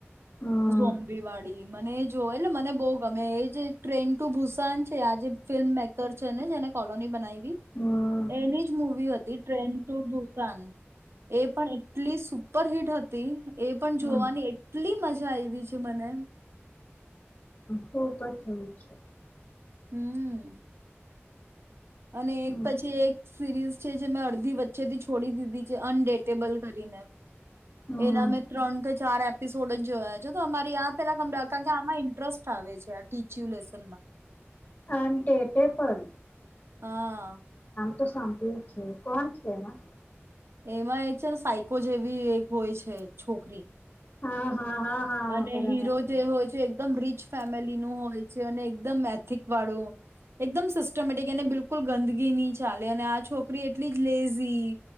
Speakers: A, on the left; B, on the right.
A: હમ
B: ઝોમ્બેવાડી મને એજ જો એટલે મને બો ગમે એ જે ટ્રેન ટુ ભૂસાન છે આજે ફિલ્મ મેક કાર છે ને જેને કોલોની બનાવી વી
A: હમ
B: એની જ મુવી હતી ટ્રેડ ટુ ભુસાન. એ પણ એટલી સુપર હિટ હતી. એ પણ જોવાની
A: હમ
B: કેટલી મજા આવી છે મને.
A: હો પછી <unintelligible> છે.
B: હમ્મ. અને
A: હમ
B: એક પછી એક સિરીઝ છે જે મેં અડધી વચ્ચેથી છોડી દીધી છે અનડેટેબલ કરીને
A: હમ
B: એના મેં ત્રણ કે ચાર એપિસોડ જ જોયા છે તો અમારી આ પેલા <unintelligible> આમાં ઇન્ટરેસ્ટ આવે છે આ ટીચયુલેશન માં.
A: આમ ટે ટે પણ
B: હા.
A: તો સાંભળ્યું છે કોણ છે એમાં.
B: એમાં એક છે ને સાયકો જેવી એક હોય છે છોકરી.
A: હા. હા હા હા
B: અને
A: બરાબર
B: હીરો
A: બરાબર
B: જે હોય છે એકદમ રીચ ફે ફેમલી નું હોય છે અને એકદમ એથિક વાળું એકદમ સિસ્ટમેટિક એને બિલકુલ ગંદગી ની ચાલે અને આ છોકરી એટલી જ લેઝી